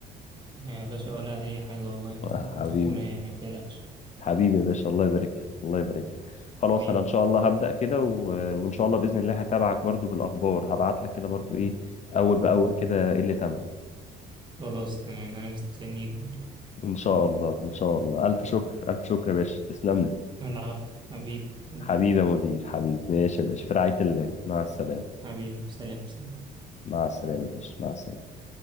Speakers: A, on the right (about 25°); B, on the left (about 45°).
A: يا باشا ولا اي حاجة والله انت
B: آه،
A: انت
B: حبيبي
A: اخونا يعني ما تقلقش
B: حبيبي يا باشا الله يبارك لك الله يبارك لك خلاص
A: حبيبي
B: انا ان شاء الله هبدأ كده و... وان شاء الله بإذن الله هتابعك برضو بالاخبار هبعت لك كده برضو ايه اول باول كده ايه اللي تم
A: خلاص تمام انا مستنيك برضه
B: إن شاء الله إن شاء الله ألف شكر ألف شكر يا باشا تسلم لي
A: العفو حبيبي حبيبي
B: حبيبي يا مدير حبيبي ماشي يا باشا في رعاية الله مع السلامة
A: حبيبي سلام سلام
B: مع السلامة يا باشا مع السلامة